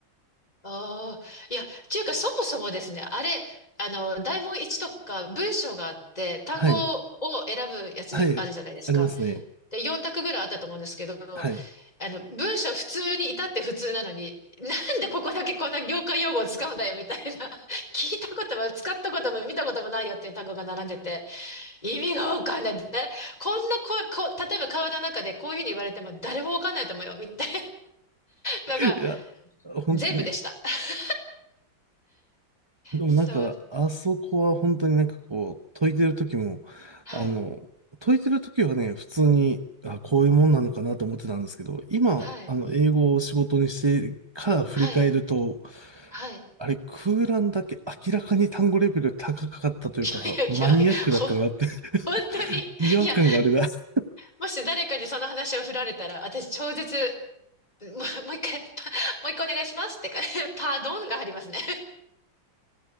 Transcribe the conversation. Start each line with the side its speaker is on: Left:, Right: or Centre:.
Left: <laughs> ああ、いや、っていうか、そもそもですね、あれ、あの、大問1とか文章があって、単語を選ぶやつあるじゃないですか。
Right: はい。はい。ありますね。
Left: で、4択ぐらいあったと思うんですけど、あ
Right: はい。
Left: の、文章普通に至って普通なのに、なんでここだけこんな業界用語を使うんだよみたいな、<laughs> 聞いたことも使ったことも見たこともないよっていう単語が並んでて、意味がわかんない。だこんなこ、こ、例えば川の中でこういうふうに言われても誰もわかんないと思うよみたいなのが
Right: いや、本当に。
Left: 全部でした。<laughs>
Right: でもなんか、
Left: そう、
Right: あそこは本当になんかこう、解いてる時も、
Left: はい、
Right: あの、解いてる時はね、普通に、あ、こういうもんなのかなと思ってたんですけど、今、
Left: はい、
Right: あの、英語を仕事にしてから振り返ると、
Left: はい、はい。
Right: あれ、空欄だけ明らかに単語レベル高かったというか、
Left: <laughs> いやいやいや、
Right: マニアックだったなって
Left: ほ、
Right: <laughs>
Left: 本当に、
Right: 違和感があるな。
Left: いや、
Right: <laughs>
Left: もし誰かにその話を振られたら、私超絶もう、<laughs> もう一回、パもう一回お願いしますってか、<laughs> パードンが入りますね。